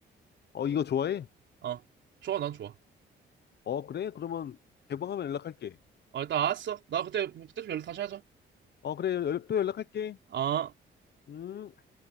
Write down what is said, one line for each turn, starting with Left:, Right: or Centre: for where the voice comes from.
Left: 어 이거 좋아해?
Right: 어. 좋아. 난 좋아.
Left: 어 그래? 그러면 개봉하면 연락할게.
Right: 아, 일단 알았어. 나 그때 그때 좀 연락 다시 하자.
Left: 어 그래 연- 또 연락할게.
Right: 아.
Left: 음.